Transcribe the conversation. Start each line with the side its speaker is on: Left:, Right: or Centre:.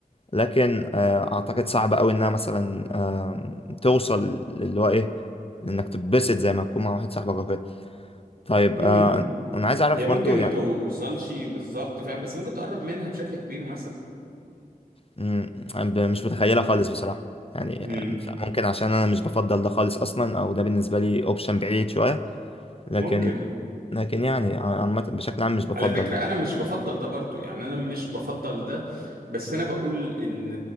Left: لكن آه، اعتقد صعب قوي انها مثلا آم، توصل اللي هو ايه انك تتبسط زي ما تكون مع واحد صاحبك او كده طيب
Right: امم
Left: آه، انا عايز اعرف
Right: هي ممكن
Left: برضو
Right: ما
Left: يعني
Right: توصلش بالظبط فاهم بس ممكن تقرب منها بشكل كبير مثلا
Left: مم. ب- مش متخيلة خالص بصراحة يعني
Right: مم.
Left: مش ممكن عشان أنا مش بفضل ده خالص أصلا أو ده بالنسبة لي أوبشن بعيد شوية لكن
Right: ممكن
Left: لكن يعني عامة بشكل عام مش بفضل
Right: على فكرة
Left: ده
Right: أنا مش بفضل ده برضو يعني أنا مش بفضل ده بس أنا بقول إن